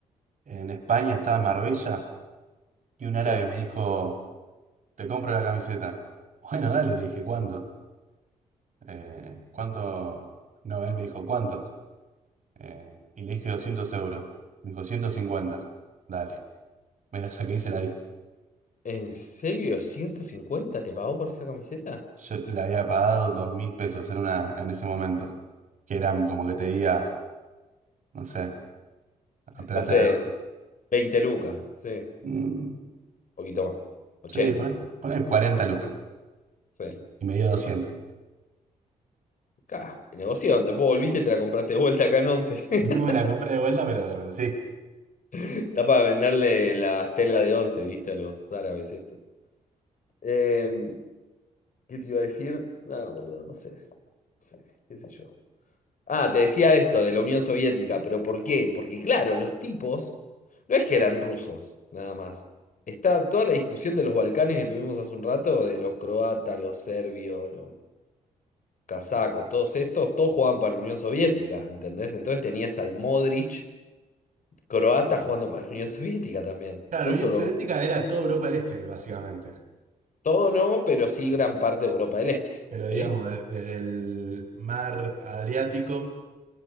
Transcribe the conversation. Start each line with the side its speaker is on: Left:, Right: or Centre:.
Right: en España estaba en Marbella y un árabe
Left: sí.
Right: me dijo, te compro la camiseta. <laughs> Bueno, dale, le dije, ¿cuánto? Eh, ¿cuánto? No, él me dijo, ¿cuánto? Eh, y le dije 200 euros. Me dijo, ciento cincuenta Dale. Me la saqué y se la di.
Left: ¿En serio? ¿ciento cincuenta te pagó por esa camiseta?
Right: Yo le había pagado dos mil pesos en, una, en ese momento. Que eran como que te diga, no sé, a plata.
Left: No sé, veinte lucas, sí. Un
Right: mm,
Left: poquito más. ochenta
Right: sí, poné,
Left: por ahí,
Right: poné 40 lucas.
Left: Sí.
Right: y me dio 200.
Left: Acá, negoción. Después volviste y te la compraste de vuelta acá en once
Right: No me la compré
Left: <laughs>
Right: de vuelta, pero, pero sí.
Left: Está para venderle las telas de once ¿viste? A los árabes esto. Eh, ¿qué te iba a decir? No, boludo, no sé. No sé, qué sé yo. Ah, te decía esto de la Unión Soviética, pero ¿por qué? Porque claro, los tipos no es que eran rusos, nada más. Está toda la discusión de los Balcanes que tuvimos hace un rato, de los croatas, los serbios, los casacos, todos estos, todos jugaban para la Unión Soviética, ¿entendés? Entonces tenías al Modric croata jugando para la Unión Soviética también.
Right: Claro,
Left: No solo
Right: Unión Soviética
Left: ru-
Right: era toda Europa del Este, básicamente.
Left: todo no, pero sí gran parte de Europa del Este,
Right: Pero
Left: ¿sí?
Right: digamos, de- desde el mar Adriático,